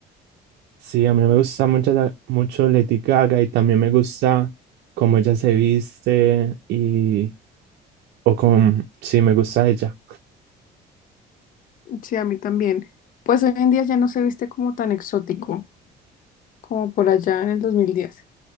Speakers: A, on the right; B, on the left.
A: Sí, a mí me gusta mucho, la- mucho Lady Gaga y también me gusta cómo ella se viste y o con Sí, me gusta ella.
B: Sí, a mí también. Pues hoy en día ya no se viste como tan exótico como por allá en el dos mil diez